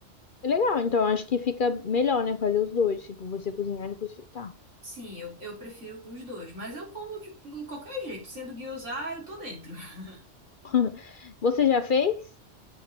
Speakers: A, on the left; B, on the right.
A: É legal, então acho que fica melhor, né? Fazer os dois, tipo, você cozinhar e depois fritar.
B: Sim, eu, eu prefiro os dois, mas eu como de, de qualquer jeito, sendo guiozá, eu tô dentro. <laughs>
A: <laughs> Você já fez?